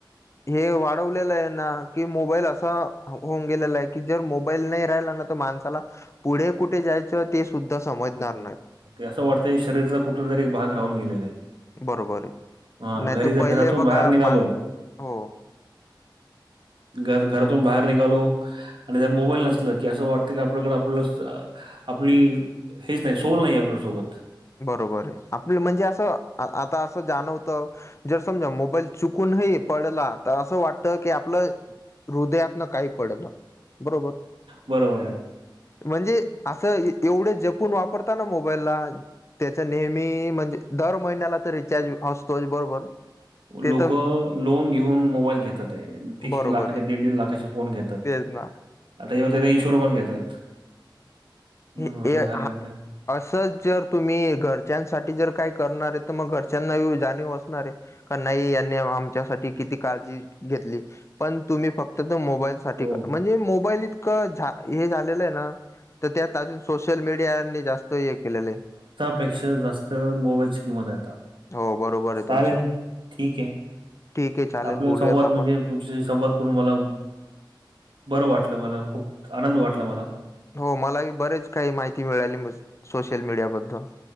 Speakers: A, on the left; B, on the right.
A: हे वाढवलेलंय ना की, मोबाईल असा होऊन गेलेलाय की, जर मोबाईल नाही राहिलान त त माणसाला पुढे कुठे जायचं ते सुद्धा समजणार नाही.
B: अस वाटतंय शरीरतला कुठला तरी एक भाग राहून गेलेलाय.
A: बरोबर आहे.
B: हा
A: नाही
B: घरीज
A: तर पहिले
B: घरातून
A: बघा
B: बाहेर निघालो,
A: मान हो
B: घर घरतु बाहेर निकालो. आणि जर मोबाईल नसल की, असं वाटतं की आपल्याकडे आपल्याला आपली हेच नाही. सोल नाही आपल्यासोबत.
A: बरोबरे. आपलं म्हणजे असं आता असं जाणवत जर समजा मोबाईल चुकूनही पडला. तर असं वाटत की आपलं हृदयातन काही पडलं. बरोबर
B: बरोबर आहे.
A: म्हणजे असं एवढे जपून वापरता ना मोबाईलला. त्याच नेहमी, म्हणजे दर महिन्याला तर रिचार्ज असतोच बरोबर. ते
B: लोक
A: तर
B: लोन घेऊन मोबाईल घेताते. एक
A: बरोबर
B: एक लाखाचे,
A: आहे
B: दीड दीड लाखाचे फोन घेतात.
A: तेच ना
B: आता एव त्याचा इनशुूर पण घेतात.
A: हे
B: अं, असं झालेलं
A: हा
B: आहे ते.
A: असच जर तुम्ही घरच्यांसाठी जर काय करणारे तर मग घरच्यांना जाणीव असणारेच. क नाही यांनी आमच्यासाठी किती काळजी घेतली. पण तुम्ही फक्त त तुम्ही मोबाईल साठी,
B: हो
A: म्हणजे मोबाईल इतकं झा हे झालेलं आहे ना, त त्यात अजून सोशल मीडियानी जास्त हे केलेलेय.
B: पेक्षा जास्त मोबाईलची किंमते आता.
A: हो बरोबर आहे
B: चालेल.
A: तुमचं.
B: ठीके.
A: ठीक आहे चालेल
B: आपला
A: बोलूयात
B: संवाद
A: आपण
B: म्हणजे तुमच्याशी संवाद करून मला, बरं वाटलं मला. खूप आनंद वाटला मला.
A: हो मलाही बरेच काही माहिती मिळाली. सोशल मीडियाबद्दल.